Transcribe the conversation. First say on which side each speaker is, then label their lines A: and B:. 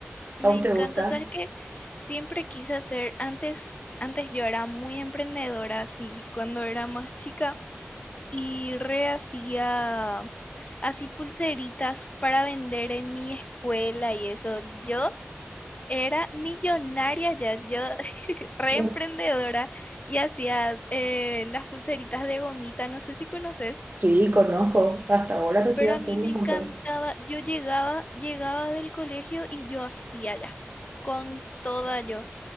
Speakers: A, on the left (about 30°); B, on the right (about 45°).
A: Me
B: ¿A vos
A: encanta,
B: te gusta?
A: sabes que siempre quise hacer, antes, antes yo era muy emprendedora, así, cuando era más chica, y re hacía así pulseritas para vender en mi escuela y eso. Yo era millonaria ya, yo <laughs> re
B: Sí,
A: emprendedora y hacía eh, las pulseritas de gomita, no sé si conoces,
B: Sí, conozco, hasta ahora me sigo
A: pero
B: haciendo
A: a mí me
B: un
A: encantaba,
B: montón.
A: yo llegaba, llegaba del colegio y yo hacía ya, con toda yo.